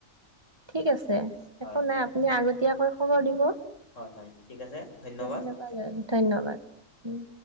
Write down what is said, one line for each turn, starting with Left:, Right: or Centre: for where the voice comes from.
Right: ঠিক আছে
Left: হয়
Right: একো নাই
Left: হয়।
Right: আপুনি আগতীয়াকৈ খবৰ দিব।
Left: হয় - হয় ঠিক আছে ধন্যবাদ।
Right: তেতিয়াহ'লে ধন্যবাদ উম,